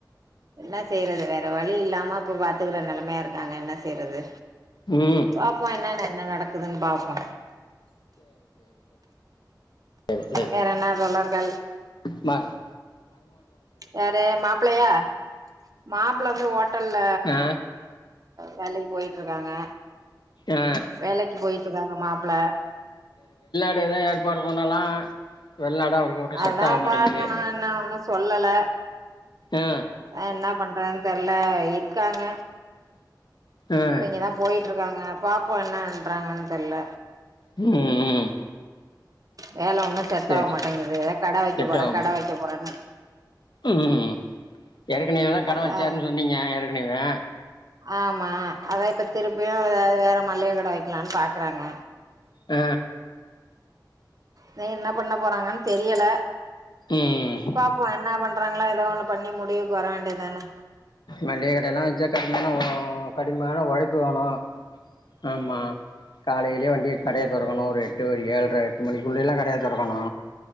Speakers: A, on the right (about 50°); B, on the left (about 70°).
A: என்ன செய்றது வேற வழி இல்லாம இப்ப பாத்துக்குற நெலமையா இருக்காங்க என்ன செய்றது
B: ம்
A: பாப்போ என்னனு என்ன நடக்குதுன் பாப்போ
B: செர் செரி
A: வேற என்ன தோழர்கள்
B: <unintelligible>
A: யாரு மாப்ளையா மாப்புள்ள வந்து ஓட் டல்ல
B: ஆ
A: வேலைக் போய்ட்ருக் காங்க
B: ஆ
A: வேலக்கி போய்ட்ருக்காங்க மாப்புள
B: இப்ப எதே ஏற்பாடு பண்ணலா வெளிநாடு அவருக்கு ஒன்னு செட்
A: அதா
B: ஆக மாட்டேங்குது
A: பாக்கனு என்ன ஒன்னு சொல்லல
B: ஆ
A: என்னப் பண்றதுன் தெர்ல இருக்காங்க
B: ஆ
A: இப்ப இங்க தா போயி ட்டுருக்காங்க பாப்போ என்ன பண்றாங்கன் தெர்ல
B: ம் ம்
A: வேல ஒன்னு செட்
B: சேரி
A: ஆக மாட்டேங்கிது கட வைக்க
B: செட்
A: போறே
B: ஆகாம
A: கட வைக்க போறேன்னு
B: ம் ஏற்கனவே கட
A: அதா
B: வெச்சாருன் சொன்னீங்க எருட் பண்ணிக்குவே
A: ஆமா அதா இப்ப திருப்பியு எதாவது வேற மள்ளிய கட் வைக்கலான் பாக்குறாங்க
B: அ
A: நீ என்ன பண்ண போறாங்கன் தெரியல
B: ம்
A: பாப்போ என்ன பண்றாங்களா ஏதா ஒண்ணு பண்ணி முடிவுக்கு வர வேண்டியது தானே
B: மளிகை கடையெல்லா வச்சா கடுமையான ஒ கடுமையான ஒழைப்பு வேணு ஆமா காலையிலயே வன் வெ கடைய தொறக்கணு ஒரு எட்டு ஒரு ஏழ்ற எட்டு மணிக்குள்ளே எல்லா கடைய தொறக்கணு